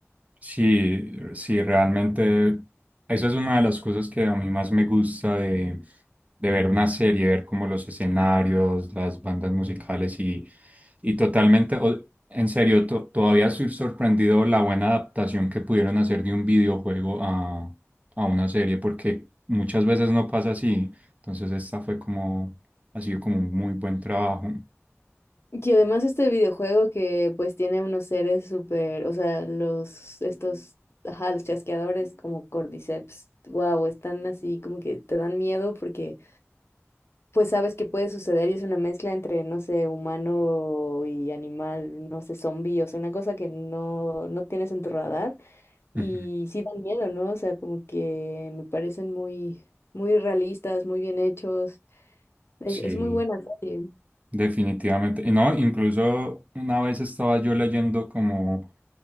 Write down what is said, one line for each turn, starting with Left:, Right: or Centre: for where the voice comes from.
Right: Sí, sí, realmente eso es una de las cosas que a mí más me gusta de, de ver una serie, ver como los escenarios, las bandas musicales y, y totalmente, o- en serio, to- todavía estoy sorprendido la buena adaptación que pudieron hacer de un videojuego a, a una serie, porque muchas veces no pasa así. Entonces esta fue como, ha sido como un muy buen trabajo.
Left: Y además este videojuego que pues tiene unos seres súper, o sea, los, estos, ajá, los chasqueadores como Cordyceps, wow, están así como que te dan miedo porque pues sabes que puede suceder y es una mezcla entre, no sé, humano y animal, no sé, zombie, o sea, una cosa que no, no tienes en tu radar y
Right: <laughs> Ujú.
Left: sí dan miedo, ¿no? O sea, como que me parecen muy, muy realistas, muy bien hechos. Es,
Right: Sí.
Left: es muy buena serie.
Right: Definitivamente. Y No, incluso una vez estaba yo leyendo como